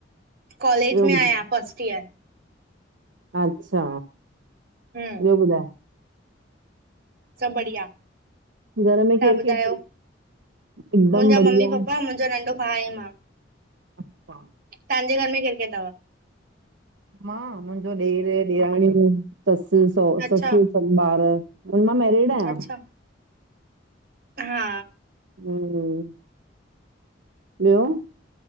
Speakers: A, on the right (about 55°); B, on the right (about 80°).
A: कॉलेज
B: बियो
A: में
B: बुध
A: आहियां फस्ट ईयर।
B: अच्छा,
A: हम,
B: ॿियो ॿुधाए?
A: सभु बढ़िया।
B: घर में केरु
A: तव्हां ॿुधायो?
B: केरु तई? हिकदमि
A: मुंहिंजा
B: बढ़िया।
A: मम्मी-पप्पा, मुंहिंजो नंढो भाउ ऐं मां।
B: अच्छा।
A: तव्हांजे घरि में केरु-केरु अथव?
B: मां, मुंहिंजो ॾेर, ॾेराणियूं, ससु-सहोर,
A: अच्छा।
B: ससु सभु बारु। उना मैरिड आहियां।
A: अच्छा हा।
B: हम्म। ॿियो?